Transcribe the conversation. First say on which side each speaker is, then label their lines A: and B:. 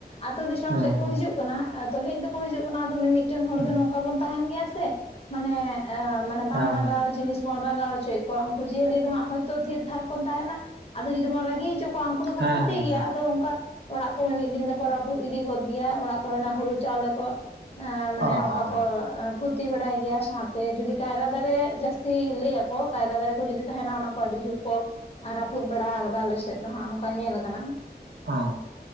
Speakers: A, on the left; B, on the right.
A: ᱟᱛᱳ ᱫᱤᱥᱚᱢ
B: ᱦᱮᱸ
A: ᱥᱮᱫ ᱠᱚ
B: ᱦᱮᱸ
A: ᱦᱤᱡᱩᱜ ᱠᱟᱱᱟ ᱮ ᱛᱚ ᱦᱮᱡ ᱫᱚᱠᱚ ᱦᱤᱡᱩᱜ ᱠᱟᱱᱟ ᱟᱫᱚ ᱢᱤᱢᱤᱫᱴᱟᱝ ᱦᱚᱲ ᱫᱚ
B: ᱦᱮᱸ
A: ᱱᱚᱝᱠᱟ ᱵᱚᱱ ᱛᱟᱦᱮᱱ ᱜᱮᱭᱟ ᱥᱮ ᱢᱟᱱᱮ ᱮ ᱢᱟᱱᱮ ᱵᱟᱝ
B: ᱦᱮᱸ
A: ᱨᱟᱸᱜᱟᱣ
B: ᱦᱮᱸ
A: ᱡᱤᱱᱤᱥ ᱵᱚᱱ ᱨᱟᱸᱜᱟᱣ ᱦᱚᱪᱚᱭᱮᱫ ᱠᱚᱣᱟ ᱩᱱᱠᱩ ᱡᱤᱭᱟᱹᱞᱤ ᱫᱚ ᱦᱟᱸᱜ ᱦᱚᱭᱛᱚ ᱛᱷᱤᱨ ᱛᱷᱟᱨ ᱠᱚ ᱛᱟᱦᱮᱱᱟ ᱟᱫᱚ ᱡᱩᱫᱤ ᱵᱚᱱ ᱨᱟᱹᱜᱤ ᱦᱚᱪᱚ ᱠᱚᱣᱟ ᱩᱱᱠᱩ ᱫᱚᱠᱚ
B: ᱦᱮᱸ
A: ᱠᱷᱩᱛᱤ
B: ᱦᱮᱸ
A: ᱜᱮᱭᱟ
B: ᱦᱮᱸ
A: ᱟᱫᱚ ᱚᱱᱠᱟ ᱚᱲᱟᱜ ᱠᱚ ᱢᱤᱫ ᱫᱤᱱ ᱫᱚᱠᱚ ᱨᱟᱹᱯᱩᱫ ᱤᱫᱤ ᱜᱚᱫ ᱜᱮᱭᱟ ᱚᱲᱟᱜ ᱠᱚᱨᱮᱱᱟᱜ ᱦᱩᱲᱩ ᱪᱟᱣᱞᱮ ᱠᱚ ᱮ ᱢᱟᱱᱮ
B: ᱚ
A: ᱚᱱᱠᱟ
B: ᱚ ᱦᱮᱸ
A: ᱠᱚ ᱮ ᱠᱷᱚᱛᱤ ᱵᱟᱲᱟᱭ ᱜᱮᱭᱟ ᱥᱟᱶᱛᱮ ᱡᱩᱫᱤ ᱠᱟᱭᱨᱟ ᱫᱟᱨᱮ ᱡᱟᱹᱥᱛᱤ ᱞᱟᱹᱭᱟᱠᱚ ᱠᱟᱭᱨᱟ ᱫᱟᱨᱮ ᱠᱚ ᱡᱩᱫᱤ ᱛᱟᱦᱮᱱᱟ ᱚᱱᱟ ᱠᱚ ᱟᱹᱰᱤ ᱡᱳᱨ ᱠᱚ ᱨᱟᱹᱯᱩᱫ ᱵᱟᱲᱟ ᱟᱠᱟᱫᱟ ᱟᱞᱮ ᱥᱮᱫ ᱫᱚ ᱦᱟᱸᱜ ᱚᱱᱠᱟ ᱧᱮᱞ ᱟᱠᱟᱱᱟ᱾
B: ᱦᱮᱸ